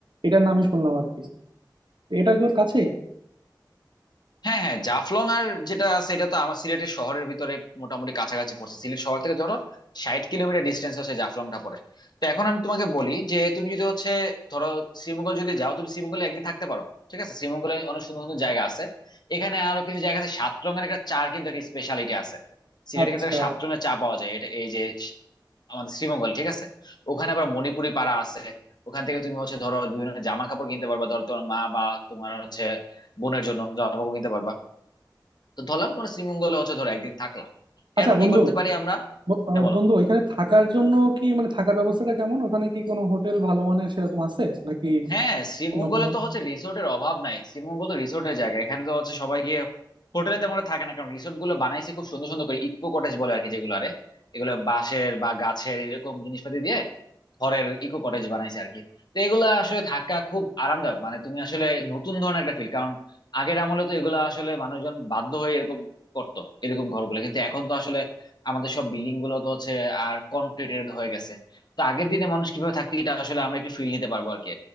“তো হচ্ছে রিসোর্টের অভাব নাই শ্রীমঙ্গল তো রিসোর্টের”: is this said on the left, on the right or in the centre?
Left